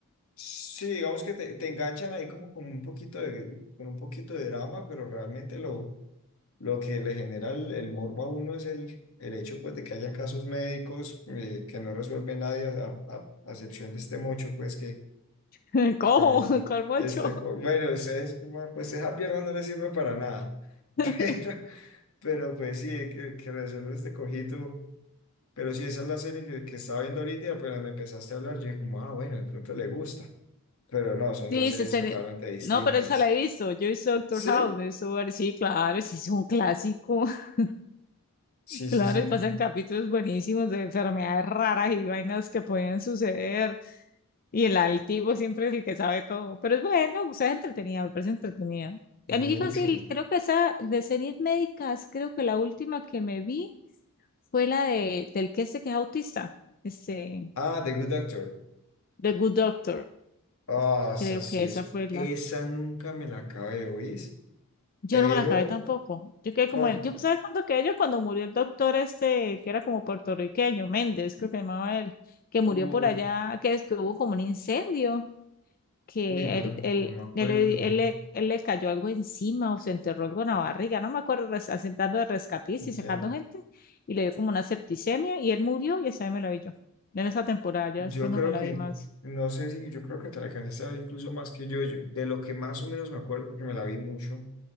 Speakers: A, on the left (about 70°); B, on the left (about 40°).
A: sí, digamos que te, te enganchan ahí como con un poquito de, con un poquito de drama, pero realmente lo, lo que le genera el, el morbo a uno es el, el hecho pues de que haya casos médicos eh, que no resuelve nadie a, a, a a excepción de este mocho pues
B: no. <laughs> cómo
A: Cami,
B: ¿cuál mocho?
A: este, bueno, es- es como, pues esa pierna no le sirve para nada, <laughs>
B: <laughs>
A: pero, pero pues sí, que, que resuelve este cojito, pero sí, esa es la serie que, que estaba viendo ahorita, y apenas me empezaste a hablar, yo dije como, ah, bueno, de pronto le gusta, pero no, son
B: Sí,
A: dos series
B: se, se-
A: totalmente distintas.
B: no, pero esa la he visto. Yo he visto Doctor
A: ¿Sí?
B: House, me he visto sí, claro, sí, es un clásico. <laughs>
A: Sí,
B: Claro,
A: sí, sí,
B: y pasan capítulos buenísimos de enfermedades raras y vainas que podían suceder. Y el altivo siempre es el que sabe todo. Pero es bueno, o sea, es entretenida, me parece entretenida. A mí
A: mucho.
B: que casi el- creo que esa de series médicas, creo que la última que me vi fue la de del que este que es autista, este,
A: Ah, The Good Doctor.
B: The Good Doctor.
A: Ah, esa
B: Creo
A: sí
B: que esa
A: es,
B: fue
A: esa nunca me la acabé de oír,
B: Yo
A: pero,
B: no me la acabé tampoco. Yo quedé
A: oh,
B: como él. Yo, ¿sabes cuándo quedé yo? Cuando murió el doctor este, el que era como puertorriqueño, Méndez, creo que se llamaba él, que murió
A: uf,
B: por allá, que es que hubo como un incendio, que
A: uy, no,
B: él, él,
A: no me acuerdo.
B: él, le- él, le él le cayó algo encima o se enterró algo en la barriga, no me acuerdo, res- asentando de rescatistas
A: Ya.
B: y sacando gente, y le dio como una septicemia y él murió y esa ahí me la vi yo. En esa temporada, ya
A: Yo
B: después
A: creo
B: no me la
A: que,
B: vi más.
A: no sé si, yo creo que te la alcanzaste a ver incluso más que yo, yo- de lo que más o menos me acuerdo, porque me la vi mucho,